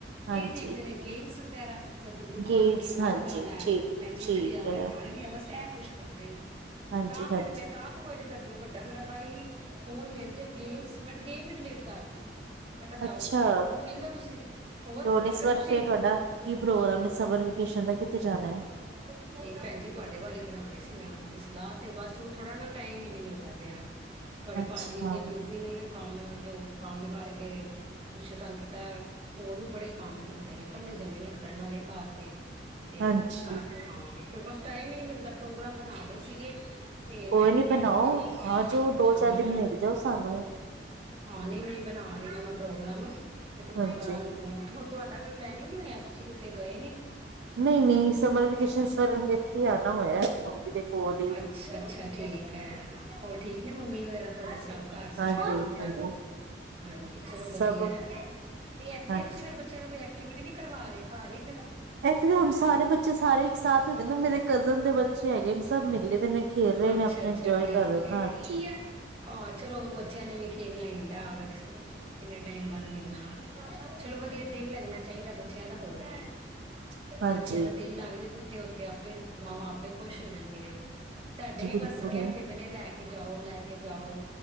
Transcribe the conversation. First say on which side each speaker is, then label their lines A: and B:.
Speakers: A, on the right; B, on the right.
A: ਹਾਂਜੀ।
B: ਇਹ ਦੇਖਦੇ ਨੇ ਗੇਮਸ ਵਗੈਰਾ ਜਾਂ ਬੰਦੂਕਾਂ
A: ਗੇਮਸ
B: ਲਈ ਗੇਮਾਂ
A: ਹਾਂਜੀ
B: ਖਿਲਾ ਲੈ
A: ਠੀਕ
B: ਮੈਂ ਜਿੱਤ
A: ਠੀਕ
B: ਗਿਆ ਮੈਂ
A: ਹੈ
B: ਹਾਰ ਗਿਆ ਬਸ ਇਹ ਕੁਛ ਕਰਦੇ ਨੇ
A: ਹਾਂਜੀ-ਹਾਂਜੀ
B: ਤਾਂ ਫੇਿਰ ਮੈਂ ਤਾਂ ਆਪ ਵੱਡ ਕਰਦੀਾਂ ਵੱਡਾ ਮੇਰਾ ਤਾਂ ਇਹੀ ਫੋਨ ਮਿਲ ਜੇ ਗੇਮਸ ਮੈਂਟ ਗੇਮ ਹੀ ਡਿਲੀਟ ਕਰਤੀ ਮੈਂ ਕਿਹਾ ਜਾਓ
A: ਅੱਛਾ
B: ਹੁਣ ਖੇਲੋ ਤੁਸੀਂ ਹੋਰ
A: ਤੇ ਹੁਣ ਇਸ
B: ਮੈਂ ਕਿਹਾ
A: ਵਾਰ
B: ਤੁਸੀਂ
A: ਫੇਰ ਤੁਹਾਡਾ ਕੀ ਪ੍ਰੋਗਰਾਮ ਹੈ ਸਮਰ ਵੇਕੇਸ਼ਨ ਦਾ ਕਿੱਥੇ ਜਾਣਾ ਹੈ?
B: ਨਹੀਂ ਭੈਣ ਜੀ ਤੁਹਾਡੇ ਵਾਲੀ ਬਣਾ ਰਹੀ ਸੀ ਮੈਂ ਆਉਣ ਦੀ ਸਲਾਹ ਤੇ ਬਸ ਉਹ ਥੋੜਾ ਨਾ ਟਾਈਮ ਹੀ ਨਹੀਂ ਮਿਲਦਾ ਪਿਆ
A: ਅੱਛਾ-ਅੱਛਾ
B: ਬੜੇ ਭਾਜੀ ਇੰਨੇ ਬਿਜ਼ੀ ਨੇ ਕੰਮ ਤੋਂ ਕੰਮ ਕਰਕੇ ਕੁਛ ਤੁਹਾਨੂੰ ਪਤਾ ਹੋਰ ਵੀ ਬੜੇ ਕੰਮ ਹੁੰਦੇ ਨੇ ਕੱਲੇ ਜਣੇ ਨੇ ਕਰਨ ਵਾਲੇ ਘਰ ਦੇ ਤੇ
A: ਹਾਂਜੀ
B: ਘ ਹਾਂ ਫਰ ਬਸ ਟਾਈਮ ਹੀ ਨਹੀ ਮਿਲਦਾ ਪ੍ਰੋਗਰਾਮ ਬਣਾ ਰਹੇ ਸੀਗੇ ਤੇ ਮੈਂ
A: ਕੋਈ
B: ਵੀ
A: ਨੀ
B: ਕਿਹਾ
A: ਬਣਾਓ
B: ਸੀਗਾ ਮੈਂ
A: ਆ ਜਾਓ ਦੋ
B: ਜਾਣਾ
A: ਚਾਰ ਦਿਨ ਮਿਲ ਜਾਓ ਸਾਨੂੰ
B: ਹਾਂ ਨਹੀਂ ਮ ਬਣਾ ਰਹੀ ਮੈਂ ਪ੍ਰੋਗਰਾਮ ਤੇ
A: ਹਾਂਜੀ।
B: ਕਰਾਂ ਫੋਨ ਤੁਹਾਡ ਕੋਈ ਪਲੈਨਿੰਗ ਨਹੀਂ ਹੋਆ ਤੁਸੀਂ ਕਿਤੇ ਗਏ ਨੀ
A: ਨਹੀਂ ਨਹੀਂ ਸਮਰ ਵਕੇਸ਼ਨ ਸਰ ਹੀ ਆਣਾ ਹੋਇਆ ਮੰਮੀ ਦੇ ਕੋਲ ਹੀ
B: ਅੱਛਾ ਅੱਛਾ ਠੀਕ ਹੈ ਹੋਰ ਠੀਕ ਨੇ ਮੰਮੀ ਵਗੈਰਾ ਤੁਹਾਡੇ ਸਭ ਘਰ
A: ਹਾਂਜੀ-ਹਾਂਜੀ-ਹਾਂਜੀ
B: ਸਾਰੇ ਠੀਕ ਠਾਕ ਹਾਂਜੀ ਚਲੋ
A: ਸਭ
B: ਵਧੀਆ ਹੈ ਤੇ ਇੱਥੇ
A: ਹਾਂਜੀ
B: ਤੁਸੀਂ ਫੇਿਰ ਬੱਚਿਆਂ ਨੂੰ ਕੋਈ ਐਕਟੀਵਿਟੀ ਨਹੀਂ ਕਰਵਾ ਰਹੇ ਘਰ ਹੀ ਫਿਰ
A: ਏਥੇ ਤੇ ਹੁਨ ਸਾਰੇ ਬੱਚੇ ਸਾਰੇ ਇੱਕ ਸਾਥ ਹੋ ਜਾਂਦੇ ਨੇ ਮੇਰੇ ਕਜ਼ਨ ਦੇ ਬ ਚੇ ਹੈਗੇ ਨੇ ਸਭ ਮਿਲੇ ਦੇ ਨੇ
B: ਅੱਛਾ
A: ਆਪਣਾ
B: ਅੱਛਾ
A: ਇੰਜੋਏ
B: ਠੀਕ ਏ
A: ਕਰ ਰਹੇ ਨਾ ਹਾਂਜੀ
B: ਹਹ ਚਲੋ ਬੱਚਿਆਂ ਨੇ ਵੀ ਖੇ ਖੇਲਨਾ ਈ ਹੁੰਦਾ ਆਗ ਕਿੰਨੇ ਟਾਈਮ ਬਾਅਦ ਮਿਲਨਾ ਚਲੋ ਵਧੀਆ ਦਿਲ ਲੱਗਨਾ ਚਾਹੀਦੇ ਬੱਚਿਆਂ ਦਾ ਹੋਰ ਕੇ,
A: ਹਾਂਜੀ-ਹਾਂਜੀ-ਹਾਂਜੀ
B: ਬੱਚਿਆਂ ਦਾ ਦਿਲ ਲੱਗ ਜੇ ਜਿੱਥੇ ਉੱਥੇ ਆਪੇ ਮਾਵਾਂ, ਆਪੇ ਖੁਸ਼ ਹੋ ਜਾਂਦੀਆਂ ਸਾਡੇ ਵੀ
A: ਬਿਲਕੁਲ
B: ਬਸ ਕੇੰਦੇ ਪਏ ਨੇ ਲੈ ਕੇ ਕੇ ਜਾਓ ਲੈ ਕੇ ਜਾਓ